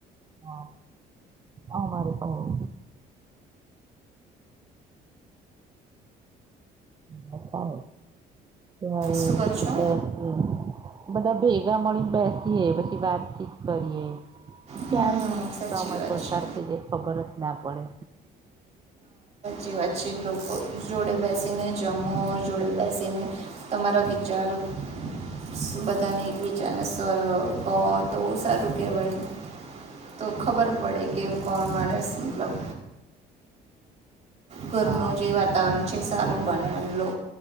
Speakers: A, on the right; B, on the right.
A: હા આ મારે પણ તા થતા હોય હવે
B: શું કહો છો
A: બેસી બધા ભેગા મળીને બેસી એ પછી વાતચિત કરીએે
B: હમ
A: ક્યારે
B: સાચી
A: સમય
B: વાત
A: પસાર
B: છે
A: થઈ જાય ખબર જ ના પડે
B: જેવા છે લોકો જોડે બેસીને જમો જોડે બેસીને તમારા વિચાર બધા બધાને એકબીજાને સ્વરો કહો તો સારું કહેવાય તો ખબર પડે કે કોણ માણસ મતલબ ઘરનું
A: હા
B: જે વાતાવરણ છે એ સારું બને અને લો